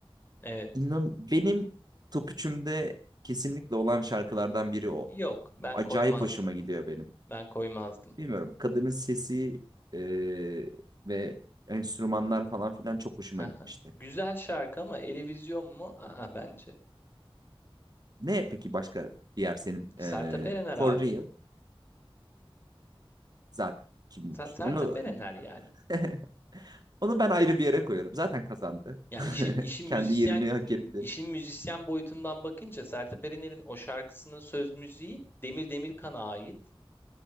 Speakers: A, on the left; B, on the right.
A: Evet.
B: İnan benim top üçümde kesinlikle olan şarkılardan biri o.
A: Yok ben
B: Acayip
A: koymazdım.
B: hoşuma gidiyor benim.
A: Ben koymazdım.
B: Bilmiyorum kadının sesi e, ve enstrümanlar falan filan çok hoşuma
A: Ha,
B: gitmişti.
A: ha. Güzel şarkı ama Eurovision mu? Aa, bence.
B: Ne peki başka diğer senin
A: Sertab
B: e,
A: Erener
B: For
A: abi.
B: Real zaten kimmiş?
A: Ser- Sertab
B: Onu
A: Erener yani.
B: <laughs> onu ben ayrı bir yere koyuyorum. Zaten kazandı.
A: Yani
B: <laughs>
A: işin işin
B: Kendi
A: müzisyen
B: yerini hak etti.
A: işin müzisyen boyutundan bakınca Sertab Erener'in o şarkısının söz müziği Demir Demirkan'a ait.